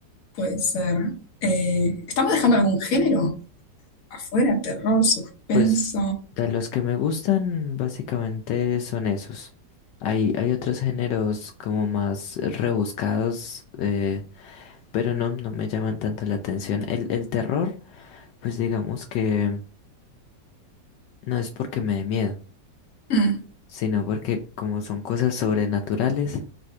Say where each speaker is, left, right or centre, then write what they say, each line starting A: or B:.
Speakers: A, on the left; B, on the left.
A: puede ser? Eh, ¿estamos dejando algún género afuera? Terror, suspenso.
B: Pues de los que me gustan, básicamente son esos. Hay, hay otros géneros como más rebuscados, eh, pero no, no me llaman tanto la atención. El, el terror, pues digamos que no es porque me dé miedo,
A: Mm,
B: sino porque como son cosas sobrenaturales,